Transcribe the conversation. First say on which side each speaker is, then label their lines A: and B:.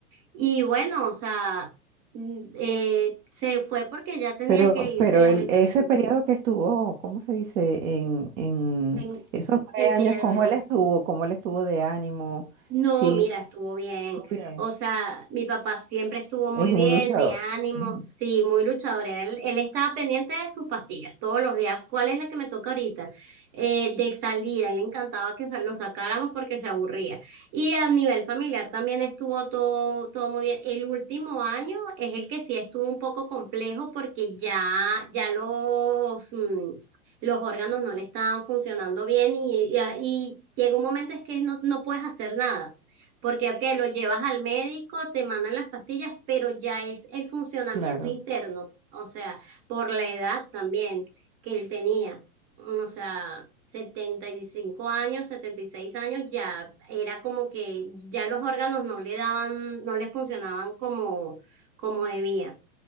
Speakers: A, on the right (about 35°); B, on the right (about 60°).
A: Y bueno, o sea, mm, eh, se fue porque ya tenía
B: Pero,
A: que irse
B: pero
A: lamentablemente
B: el, ese periodo que estuvo, ¿cómo se dice? En, en
A: en,
B: esos
A: en
B: nueve años,
A: silla de
B: ¿cómo
A: ruedas.
B: él estuvo? ¿Cómo él estuvo de ánimo?
A: No,
B: Sí,
A: mira, estuvo bien.
B: muy bien.
A: O sea, mi papá siempre estuvo muy
B: Es un
A: bien,
B: luchador.
A: de ánimo,
B: Ujú,
A: sí, muy luchador. Era Él, él estaba pendiente de sus pastillas todos los días. ¿Cuál es la que me toca ahorita? Eh, de salir, a él le encantaba que sa- lo sacáramos porque se aburría. Y a nivel familiar también estuvo todo, todo muy bien. El último año es el que sí estuvo un poco complejo porque ya, ya los, mm, los órganos no le estaban funcionando bien y, y, y llega un momento es que no, no puedes hacer nada, porque ok, lo llevas al médico, te mandan las pastillas, pero ya es el funcionamiento
B: Claro,
A: interno, o sea, por la edad también que él tenía, o sea, 75 años, 76 años, ya era como que ya los órganos no le daban, no le funcionaban como, como debía.